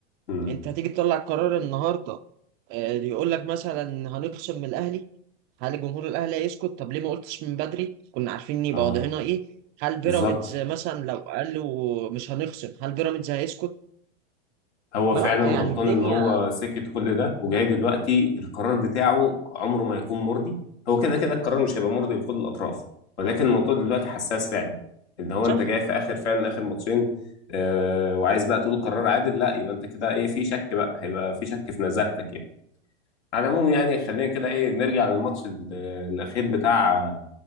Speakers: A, on the left; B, on the right.
A: امم
B: انت هتيجي تطلع قرار النهارده آه، يقول لك مثلا هنخصم من الاهلي هل الجمهور الاهلي هيسكت طب ليه ما قلتش من بدري كنا عارفين يبقى
A: اه
B: وضعنا ايه هل بيراميدز
A: بالظبط
B: مثلا لو قالوا مش هنخصم هل بيراميدز هيسكت
A: هو
B: ما
A: فعلا
B: لا
A: غلطان
B: يعني الدنيا
A: ان هو سكت كل ده وجاي
B: مم،
A: دلوقتي القرار بتاعه عمره ما هيكون مرضي هو كده كده القرار مش هيبقى مرضي لكل الاطراف ولكن الموضوع دلوقتي حساس فعلا ان هو
B: صح
A: انت جاي في اخر فعلا اخر ماتشين آه وعايز بقى تقول قرار عادل لا يبقى انت كده ايه في شك بقى هيبقى في شك في نزاهتك يعني على العموم يعني خلينا كده ايه نرجع للماتش ال- الاخير بتاع